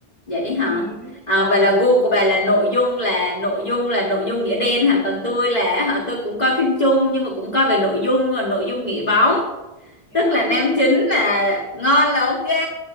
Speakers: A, on the left; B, on the left.
A: Vậy hả?
B: ừ
A: À,
B: ồ
A: vậy là gu của bà là nội dung là nội dung là nội dung nghĩa đen hả? Còn tôi là hả? Tôi cũng coi phim chung nhưng mà cũng coi về nội dung và nội dung nghĩa bóng.
B: <laughs>
A: Tức là nam chính là ngon là ok.